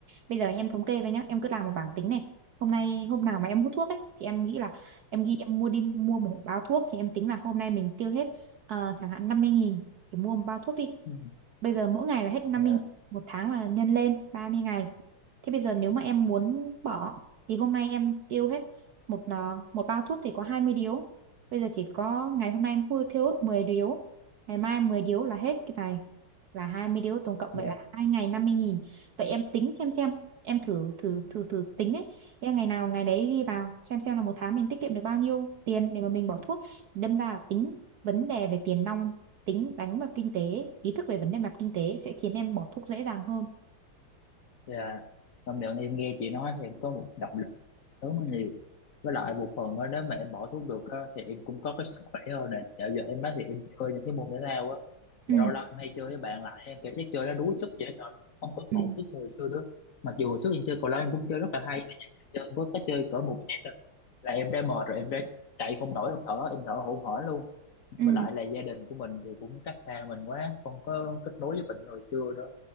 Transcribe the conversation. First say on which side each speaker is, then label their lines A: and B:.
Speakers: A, on the right (about 65°); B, on the left (about 55°).
A: Bây giờ em thống kê ra nhá, em cứ làm một bảng tính này. Hôm nay hôm nào mà em hút thuốc ấy thì em nghĩ là em ghi em mua đi mua một bao thuốc thì em tính là hôm nay mình tiêu hết ờ, chẳng hạn 50.000 để mua một bao thuốc đi
B: ừ,
A: Bây giờ mỗi ngày là hết 50
B: dạ
A: nghìn, một tháng là nhân lên 30 ngày. Thế bây giờ nếu mà em muốn bỏ thì hôm nay em tiêu hết một à, một bao thuốc thì có 20 điếu. Bây giờ chỉ có ngày hôm nay em mua thiêu hết 10 điếu, ngày mai 10 điếu là hết cái này là 20 đô tổng cộng vậy
B: dạ
A: là hai ngày năm mươi nghìn vậy em tính xem xem em thử thử thử thử tính ấy em ngày nào ngày đấy ghi vào xem xem là một tháng mình tiết kiệm được bao nhiêu tiền để mà mình bỏ thuốc đâm ra là tính vấn đề về tiền nong tính đánh vào kinh tế ý thức về vấn đề mặt kinh tế sẽ khiến em bỏ thuốc dễ dàng hơn
B: dạ công nhận em nghe chị nói thì có một động lực tốn nó nhiều với lại một phần á nếu mà em bỏ thuốc được á, thì em cũng có cái sức khỏe hơn nè dạo giờ em á thì em chơi những cái môn thể thao á
A: ừ
B: mà lâu lâu em hay chơi với bạn lại em cảm giác chơi nó đuối sức dễ sợ luôn, không có
A: ừ
B: còn sức như hồi xưa nữa mặc dù hồi trước em chơi cầu lông cũng chơi rất là hay mà giờ em chơi có cái chơi cỡ một set rồi là em đã mệt rồi em đã chạy không nổi em thở em thở hổn hển luôn
A: ừ
B: với lại là gia đình của mình thì cũng cách xa mình quá không có kết nối với mình như hồi xưa đó